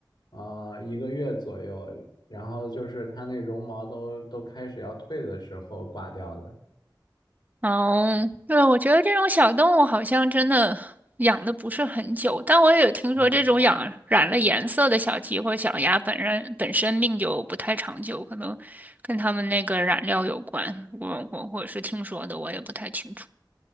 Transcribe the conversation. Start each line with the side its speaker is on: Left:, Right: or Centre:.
Left: 呃一个月左右，然后就是它那绒毛都都开始要退的时候挂掉的。
Right: 哦，对，我觉得这种小动物好像真的养的不是很久，但我也有听说这种养染了颜色的小鸡或小鸭本身本身命就不太长久，
Left: 嗯，
Right: 可能跟它们那个染料有关。我我我是听说的，我也不太清楚。